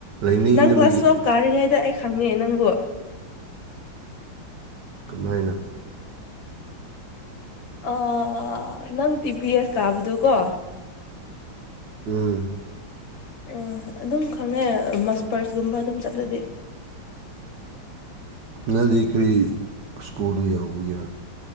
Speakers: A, on the right; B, on the left.
A: ꯂꯩꯅꯤꯡꯗꯕꯒꯤ
B: ꯅꯪ ꯀ꯭ꯂꯥꯁ ꯇꯨꯋꯦꯜꯐ ꯀꯥꯔꯤꯉꯩꯗ ꯑꯩ ꯈꯪꯉꯦ ꯅꯪꯕꯨ
A: ꯀꯃꯥꯏꯅ
B: ꯑ.... ꯅꯪ ꯇꯤꯕꯤ ꯑꯦꯁ ꯀꯥꯕꯗꯨꯀꯣ
A: ꯎꯝ
B: ꯎꯝ ꯑꯗꯨꯝ ꯈꯪꯉꯦ ꯃꯁꯄꯔꯁꯀꯨꯝꯕ ꯑꯗꯨꯝ ꯆꯠꯂꯗꯤ
A: ꯅꯪꯗꯤ ꯀꯔꯤ ꯁ꯭ꯀꯨꯜꯗ ꯌꯥꯎꯕꯒꯤꯔꯥ